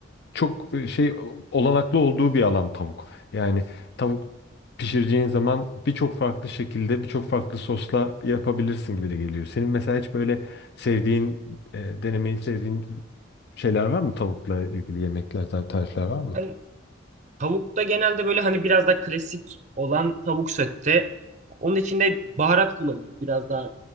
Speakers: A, on the left (about 55°); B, on the right (about 35°).
A: çok e, şey olanaklı olduğu bir alan tavuk. Yani tavuk pişireceğin zaman birçok farklı şekilde birçok farklı sosla yapabilirsin gibi de geliyor. Senin mesela hiç böyle sevdiğin, e, denemeyi sevdiğin şeyler var mı tavukla ilgili yemekler, tar- tarifler var mı?
B: Ben Tavukta genelde böyle hani biraz da klasik olan tavuk sote. Onun içinde baharat kullanıyorum biraz daha